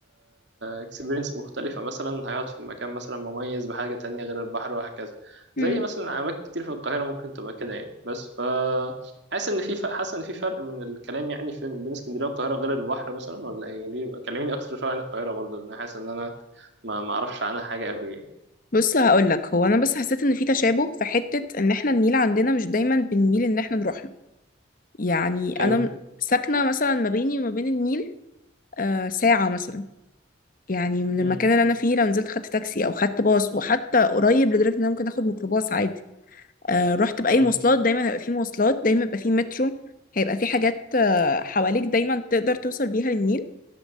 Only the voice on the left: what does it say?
امم
بص هقول لك هو انا بس حسيت ان في تشابه في حتة ان احنا النيل عندنا مش دايما بنميل ان احنا نروح له يعني
انا م- ساكنة مثلا ما بيني وما بين النيل آه ساعة مثلا يعني من
المكان اللي انا فيه لو نزلت خدت تاكسي او خدت باص وحتى قريب لدرجة ان انا ممكن اخد ميكروباص عادي آه، رحت بأي
مواصلات دايما هيبقى في مواصلات دايما هيبقى في مترو هيبقى في حاجات آه، حواليك دايما تقدر توصل بيها للنيل